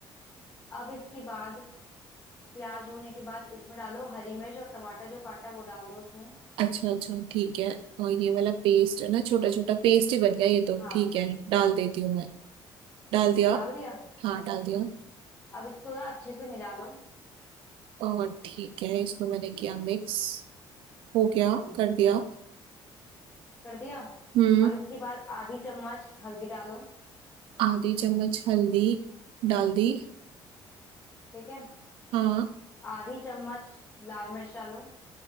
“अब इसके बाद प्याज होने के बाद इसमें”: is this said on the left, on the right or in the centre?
Left